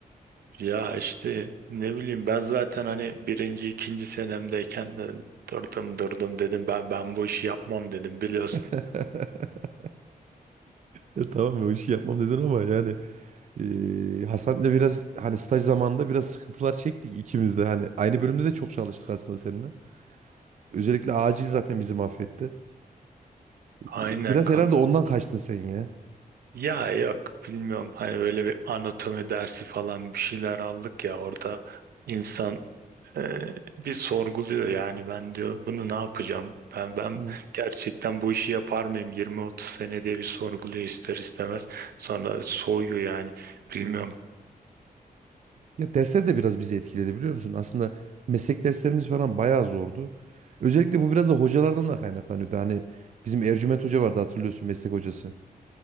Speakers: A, on the right; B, on the right.
A: Ya işte ne bileyim ben zaten hani birinci ikinci senemdeyken de durdum durdum dedim ben ben bu işi yapmam dedim biliyorsun.
B: <laughs> Ya tamam o işi yapmam dedin ama yani eee Hasan'la biraz hani staj zamanında biraz sıkıntılar çektik ikimiz de. Hani aynı bölümde de çok çalıştık aslında seninle. Özellikle acil zaten bizi mahvetti.
A: Aynen
B: E, Biraz
A: kanka.
B: herhalde ondan kaçtın sen ya.
A: Ya yok bilmiyorum hani böyle bir anatomi dersi falan bir şeyler aldık ya orada insan e, bir sorguluyor yani ben diyor bunu ne yapacağım? Ben ben
B: Hı,
A: gerçekten bu işi yapar mıyım 20-30 sene diye bir sorguluyor ister istemez. Sonra soğuyor yani bilmiyorum.
B: hı. Ya dersler de biraz bizi etkiledi biliyor musun? Aslında meslek derslerimiz falan bayağı zordu. Özellikle bu biraz da hocalardan da kaynaklanıyordu. Hani bizim Ercüment Hoca vardı hatırlıyorsun meslek hocası.